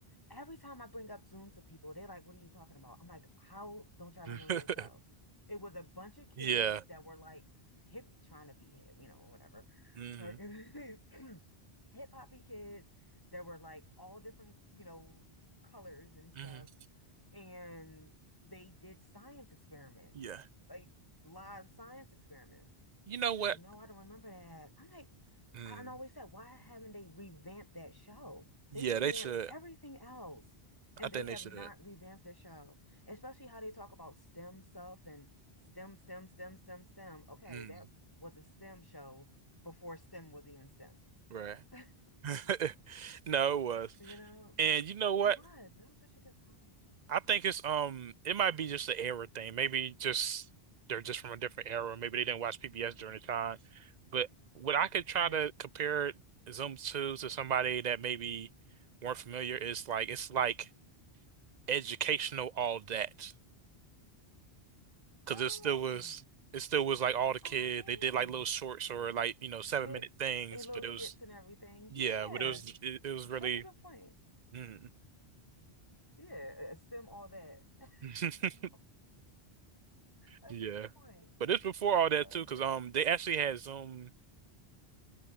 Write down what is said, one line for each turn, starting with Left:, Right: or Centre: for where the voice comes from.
Left: every time I bring up Zoom to people, they're like, "What are you talking about?" I'm like, "How don't y'all
Right: <laughs>
Left: remember this show?" It was a bunch of kids
Right: Yeah.
Left: that were like hip, trying to be hip, you know, whatever.
Right: Mhm.
Left: Like, <laughs> these <clears throat> hip hoppy kids that were like all different, you know, colors and stuff
Right: hmm
Left: and they did science experiments,
Right: Yeah.
Left: like live science experiments.
Right: You know what?
Left: She's like, no, I don't remember that. I'm like,
Right: Mm.
Left: I always said, why haven't they revamped that show?
Right: Yeah,
Left: They revamped
Right: they should.
Left: everything else, and
Right: I think
Left: they have
Right: they should.
Left: not revamped the show, especially how they talk about STEM stuff and STEM, STEM, STEM, STEM, STEM. Okay,
Right: Mm.
Left: that was a STEM show before STEM was even STEM.
Right: Right.
Left: <laughs>
Right: <laughs> No, it was.
Left: You know,
Right: And you know what?
Left: it was. It was such a good time.
Right: I think it's um it might be just the era thing. Maybe just they're just from a different era, or maybe they didn't watch PBS during the time. But what I could try
Left: Right.
Right: to compare Zoom to to somebody that maybe weren't familiar is like it's like educational all that. because
Left: Oh.
Right: it still was it still was like all the kid
Left: Oh yeah.
Right: they did like little shorts or like you know seven
Left: Skits
Right: minute things
Left: and little
Right: but it
Left: skits
Right: was
Left: and everything.
Right: yeah
Left: Yeah.
Right: but it was it, it was really
Left: That's a good point.
Right: mm.
Left: Yeah. uh, Stem all that. <laughs>
Right: <laughs>
Left: Stem all- That's
Right: yeah
Left: a good point.
Right: but it's before all that
Left: Um,
Right: too because
Left: th-
Right: um they actually had Zoom